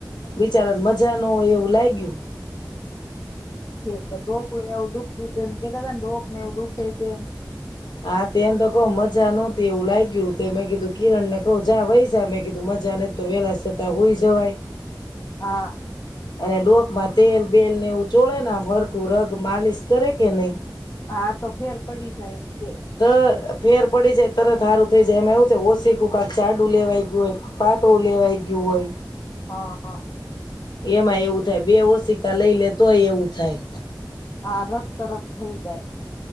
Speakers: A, on the left (about 75°); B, on the left (about 50°).
A: બિચારા મજા ન હોય એવું લાગય્યું.
B: ઠીક તો ડોક એવું દુખતું હત એમ કેતા હતા ને ડોકને એવું દુખે છે એમ.
A: હા તેમ તો કહું મજા નહોતી. એવું લાગ્યું મેં કીધું કિરણ ને કહ જા વૈ જા મેં કીધું મજા નહ તો વેલા સતાં હોય જવાય.
B: હા.
A: અને ડોકમાં તેલ બેલ ને એવું ચોળે ના ફરકું રગ માલિશ કરે કે નહી.
B: હા તો ફેર પડી જાય. તે
A: <inaudible> ફેર પડી જાય, તરત સારું થઇ જાય, એમાં એવું થ ઓછી કું કક જાડું લેવાઈ ગયું હોય પાતળું લેવાઈ ગયું હોય.
B: હા હા.
A: એમાં એવું થાય બે ઓશિકા લઈ લે તોય એવું થાય.
B: હા રખ. તરફ થઈ જાય.